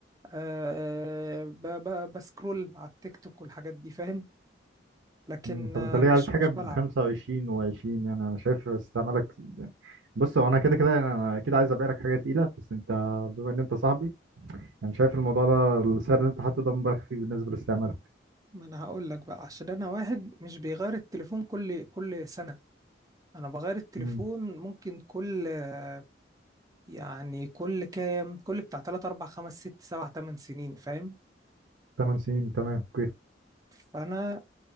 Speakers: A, on the right; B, on the right.
A: أه ب ب بسكرول على التيك توك والحاجات دي فاهم لكن
B: مم. طب
A: آه،
B: انت ليه
A: مش
B: عايز حاجة
A: مش
B: ب
A: بلعب
B: 25 و20 يعني انا شايف استعمالك بص هو انا كده كده يعني انا اكيد عايز ابيع لك حاجة تقيلة بس انت بما ان انت صاحبي يعني شايف الموضوع ده السعر اللي انت حاطه ده مبالغ فيه بالنسبة لاستعمالك
A: ما انا هقول لك بقى عشان انا واحد مش بيغير التليفون كل كل سنة انا بغير التليفون
B: امم
A: ممكن كل آه، يعني كل كام كل بتاع 3 4 5 6 7 8 سنين فاهم
B: 8 سنين تمام اوكي
A: فانا